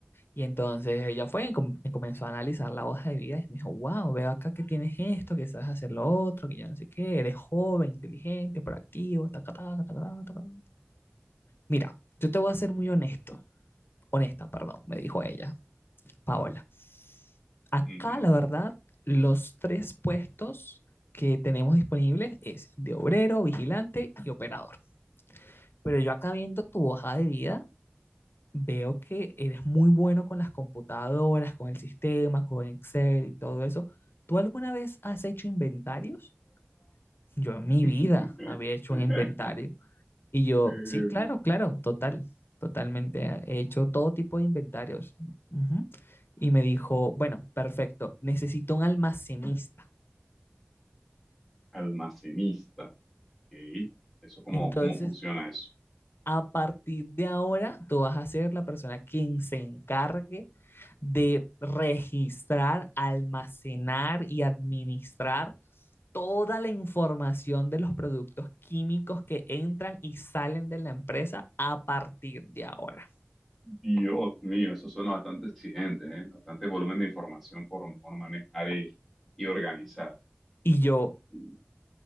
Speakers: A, on the left; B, in the centre.
A: Y entonces ella fue y com- y comenzó a analizar la hoja de vida y me dijo, wow, veo acá que tienes esto, que sabes hacer lo otro, que yo no sé qué, eres joven, inteligente, proactivo, taca, taca, taca, taca, taca, taca". Mira, yo te voy a ser muy honesto, honesta, perdón, me dijo ella, Paola. Acá,
B: Ujú.
A: la verdad, los tres puestos que tenemos disponibles es de obrero, vigilante y operador. Pero yo acá viendo tu hoja de vida, veo que eres muy bueno con las computadoras, con el sistema, con Excel y todo eso. ¿Tú alguna vez has hecho inventarios? Yo en mi vida
B: <laughs>
A: había hecho un inventario. Y yo,
B: Eh,
A: sí, claro, claro, total, totalmente. He hecho todo tipo de inventarios. Ujú. Y me dijo, bueno, perfecto, necesito un almacenista.
B: almacenista. Ok. ¿Eso cómo,
A: Entonces
B: cómo funciona eso?
A: A partir de ahora, tú vas a ser la persona quien se encargue de registrar, almacenar y administrar toda la información de los productos químicos que entran y salen de la empresa a partir de ahora.
B: Dios mío, eso suena bastante exigente, ¿eh? Bastante volumen de información por, por manejar y, y organizar.
A: Y yo,
B: Mm,